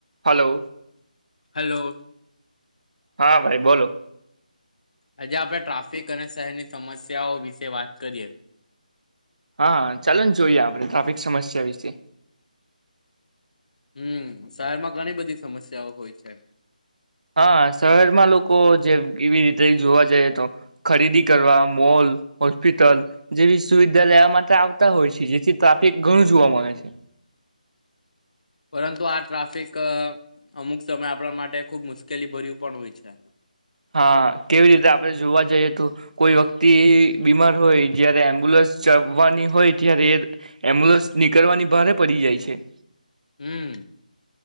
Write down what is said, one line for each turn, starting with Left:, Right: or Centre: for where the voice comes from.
Right: Hello
Left: hello
Right: હા ભાઈ બોલો
Left: આજે આપણે ટ્રાફિક અને શહેરની સમસ્યાઓ વિશે વાત કરીએ
Right: હા હા ચાલો ને જોઈએ આપણે ટ્રાફિક સમસ્યા વિશે
Left: હમ શહેર માં ઘણી બધી સમસ્યાઓ હોય છે.
Right: હા શહેરમાં લોકો જે કેવી રીતે જોવા જઈ તો ખરીદી કરવા મોલ હોસ્પિટલ જેવી સુવિધા લેવા માટે આવતા હોય છે જેથી ટ્રાફિક ઘણું જોવા મળે છે.
Left: પરંતુ આ ટ્રાફિક અમુક સમય આપણા માટે ખુબ મુશ્કેલી ભર્યું પણ હોય છે.
Right: હા કેવી રીતે આપણે જોવા જઈએ તો કોઈ વ્યક્તિ બીમાર હોય જય્યારે એમ્બ્યુલન્સ ચવાની હોય ત્યારે એ એમ્બ્યુલન્સ નીકળવાની ભારે પડી જાય છે.
Left: હમ